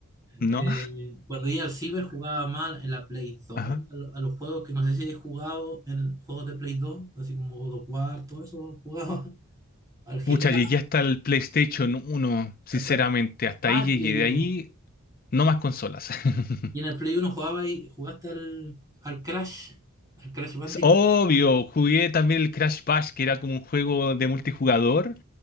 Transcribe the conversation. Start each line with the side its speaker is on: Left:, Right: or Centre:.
Left: ¿no?
Right: Eh, cuando iba al ciber jugaba mal en la Play 2,
Left: <laughs> Ajá.
Right: a, lo- a los juegos que no sé si he jugado en juegos de Play 2, así como God of War, todo eso jugaba. <laughs> Al GTA,
Left: Pucha, llegué hasta el PlayStation uno, sinceramente,
Right: hasta,
Left: hasta
Right: ah,
Left: ahí
Right: al
Left: llegué.
Right: Play
Left: De
Right: uno
Left: ahí, no más consolas. <laughs>
Right: Y en el Play uno jugaba y jugaste al, al Crash, al Crash Bandicoot.
Left: Es obvio, jugué también el Crash Bash, que era como un juego de multijugador